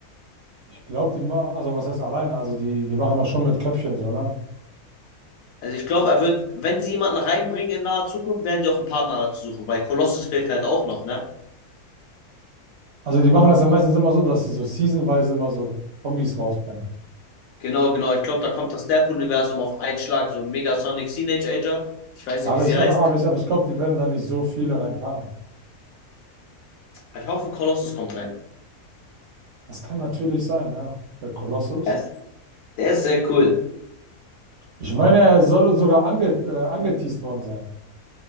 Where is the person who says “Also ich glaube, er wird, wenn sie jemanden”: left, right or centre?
Left